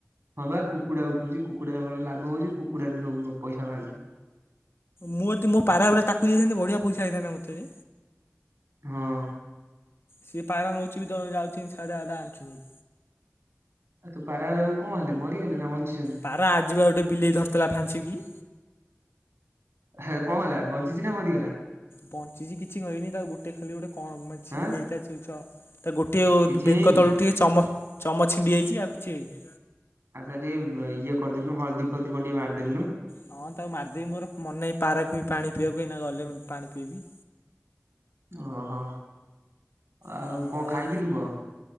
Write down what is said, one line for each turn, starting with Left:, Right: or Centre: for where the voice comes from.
Right: ହଁ ବା କୁକୁଡା ଉଠଉଛି କୁକୁଡାରୁ ଭଲ ଲାଭ ହଉଛି କୁକୁଡାରୁ ସବୁ ପଇସା ବାହାରୁଛି।
Left: ମୁଁ ଯଦି ମୋ ପାରା ଗୁରା ତାକୁ ଦେଇଥାନ୍ତି ବଢିଆ ପଇସା ହେଇଥାନ୍ତ ମୋତେ ରେ
Right: ହଁ।
Left: ସିଏ ପାରା ନଉଛି ବି ଦ ଯାଉଛି <unintelligible>
Right: ତୁ ପାରା ଗୁରା ସବୁ କଣ ହେଲେ ମରିଗଲେ ନା ବଞ୍ଚିଛନ୍ତି?
Left: ପାରା ଆଜିି ବା ଗୋଟେ ବିଲେଇ ଧରିଥିଲା ଫାଞ୍ଚିକି।
Right: ହେ କଣ ହେଲା ବଞ୍ଚିଚି ନା ମରିିଗଲା?
Left: ବଞ୍ଚିଛି କିଛି କହିନି ତା ଗୋଟେ ଖାଲି ଗୋଟେ ଛିଣ୍ଡି
Right: ଆଁ
Left: ହେଇଚ୍ଛ ତା ଚୁଞା ତା ଗୋଟିଏ
Right: କିଛି
Left: ବେକ
Right: ହେଇନି
Left: ତଳୁ ଟିକେ ଚମ ଚମ ଛିଣ୍ଡି ଯାଇଛି ଆଉ କିଛି ହେଇନି।
Right: ଆଛା ଟିକେ ଇଏ କରିଦେଲୁ ହଳଦୀ ଫଳଦୀ କଣ ଟିକେ ମାରିଦେଲୁନୁ।
Left: ହଁ ତାକୁ ମାରିଦେବି ମୋର ମନେ ନାଇ ପାରାକୁ ପାଣି ପିଇବାକୁ ଏଇନା ଗଲେ ମୁଁ ପାଣି ପିଇବି।
Right: ଓହୋ ଆଉ
Left: ହଁ
Right: କଣ ଖାଇଥିଲୁ
Left: ଏ
Right: କଣ?